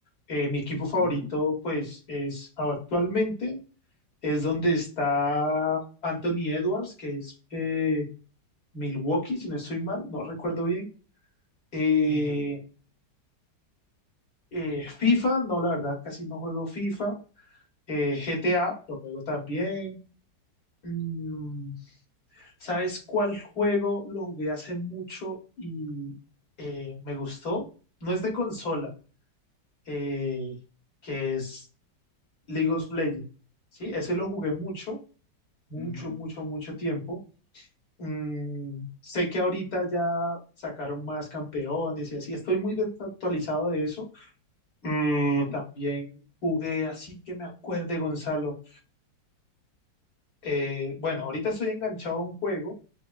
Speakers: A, on the left (about 60°); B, on the left (about 40°).
A: Eh, mi equipo favorito,
B: ujú,
A: pues, es actualmente. es donde está Anthony Edwards, que es eh, Milwaukee, si no estoy mal, no recuerdo bien. Eh,
B: ujú,
A: eh, FIFA, no, la verdad, casi no juego FIFA. Eh, GTA, lo juego también. Mm, ¿sabes cuál juego lo jugué hace mucho y eh, me gustó? No es de consola, eh, que es League of Legends. Sí, ese lo jugué mucho, mucho,
B: ujú,
A: mucho, mucho tiempo. Mm, sé que ahorita ya sacaron más campeones y así, estoy muy desactualizado de eso. Mm,
B: Sí.
A: también jugué así que me acuerde, Gonzalo. Eh, bueno, ahorita estoy enganchado a un juego,